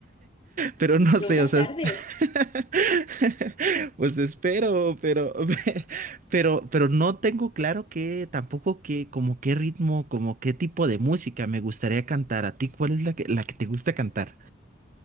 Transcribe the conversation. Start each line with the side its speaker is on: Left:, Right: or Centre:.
Right: Pero no
Left: Nunca
Right: sé, o
Left: es
Right: sea,
Left: tarde.
Right: <laughs> pues espero, pero, <laughs> pero, pero no tengo claro que tampoco que, como qué ritmo, como qué tipo de música me gustaría cantar. ¿A ti cuál es la que, la que te gusta cantar?